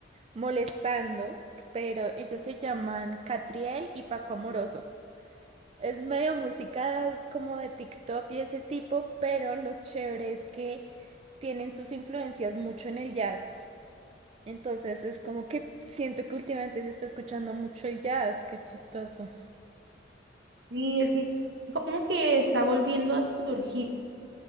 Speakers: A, on the right; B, on the right.
A: molestando, pero ellos se llaman Catriel y Paco Amoroso. Es medio música como de TikTok y ese tipo, pero lo chévere es que tienen sus influencias mucho en el jazz. Entonces es como que siento que últimamente se está escuchando mucho el jazz, qué chistoso.
B: Sí, es que como que está volviendo a surgir,